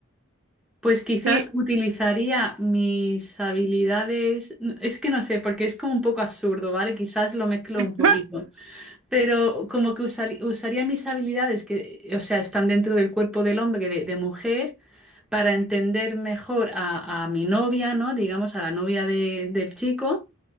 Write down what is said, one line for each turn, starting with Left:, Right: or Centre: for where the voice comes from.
Centre: Pues quizás
Right: sí, Sí,
Centre: utilizaría mis habilidades, es que no sé, porque es como un poco absurdo, ¿vale? Quizás lo mezclo
Right: <laughs>
Centre: un poquito. Pero como que usar- usaría mis habilidades que, o sea, están dentro del cuerpo del hombre, de, de mujer, para entender mejor a, a mi novia, ¿no? Digamos, a la novia de- del chico.